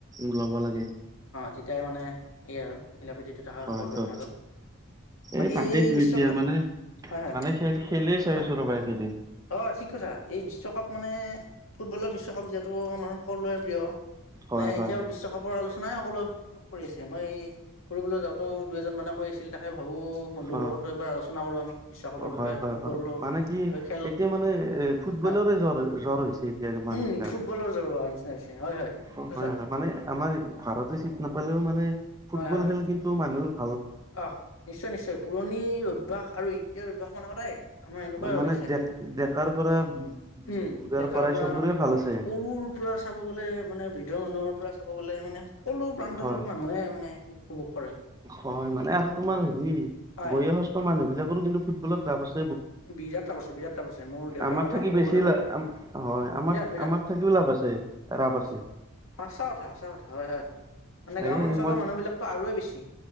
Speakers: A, on the right; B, on the left.
A: ওলাব লাগে।
B: তেতিয়াই মানে এই আৰু মিলা প্ৰীতিটো থাকে
A: হয়
B: সকলোৰে
A: হয়
B: মাজত বাকী
A: এই তাতেতো
B: বিশ্বকাপ
A: এতিয়া মানে
B: হয় হয়
A: মানে খেলেই চাইিছো
B: কোৱা
A: ৰবা এইকেইদিন
B: অঁ ঠিক কথা এই বিশ্বকাপ মানে ফুটবলৰ বিশ্বকাপ যিহেতু আমাৰ সকলোৰে প্ৰিয়। মানে
A: হয়
B: এতিয়াও
A: হয়,
B: বিশ্বকাপৰ আলোচ- নাই সকলো চব কৰি আছ- তেতিয়া মই ফুৰিবলৈ যাওঁতেও দুই এজনমানে কৈ আছিল তাকে ভাবোঁ বন্ধুৰ
A: অ
B: লগতো এবাৰ আলোচনা কৰোঁ আমি। বিশ্বকাপৰ বিষয়ে
A: হয় হয়
B: ফুটবলৰ
A: হয় মানে কি
B: বিষয়ে খেল
A: এতিয়া মানে এ ফুটবলৰে
B: হয়
A: জ্বৰ জ্বৰ হৈছে এতিয়া মানুহ
B: উম
A: যাৰ
B: ফুটবলৰ জৰুৱা নিচিনা হৈছে হয় হয় ঠিক
A: অ
B: কথা
A: হয় হয় মানে আমাৰ ভাৰতে চিট নাপালেও মানে ফুটবল
B: হয় হয় হয়
A: খেল কিন্তু মান- <unintelligible>
B: অহ নিশ্চয় নিশ্চয় পুৰণ পুৰণিৰ অভ্যাস আৰু এতিয়াৰ অভ্যাস মানে সদায় আমাৰ এনেকুৱাই
A: মানে
B: হৈ আছে
A: ডেকাৰ পৰা
B: উম
A: বুঢ়াৰ
B: ডেকাৰ
A: পৰাই
B: পৰা
A: চবৰে ভাল আছে।
B: সৰুৰ পৰা চাব গলে মানে বি- দৃঢ় মনৰ পৰা চাব গ'লে মানে সকলো প্ৰান্তত
A: হয়
B: মানুহে মানে উপভোগ কৰে।
A: হয় মানে আৰু তোমাৰ সি
B: হয়
A: বয়সস্থ মানুহ বিলাকৰ কিন্তু ফুটবলত ৰাৱ আছ-
B: বিৰাট ৰাৱ আছে বিৰাট ৰাৱ আছে মোৰ দেউতাৰ
A: আমাৰ
B: কথা
A: থাকি
B: কব
A: বেছি
B: গলেও
A: লা হয় আমাৰ
B: বিৰাট বিৰাট
A: আমাৰ থাকিও লাভ আছে ৰাপ আছে।
B: সঁচা কথা সঁচা কথা। হয় হয় মানে গাও
A: এই
B: অঞ্চলৰ
A: মই
B: মানুহ বিলাকতো আৰুৱেই বেছি।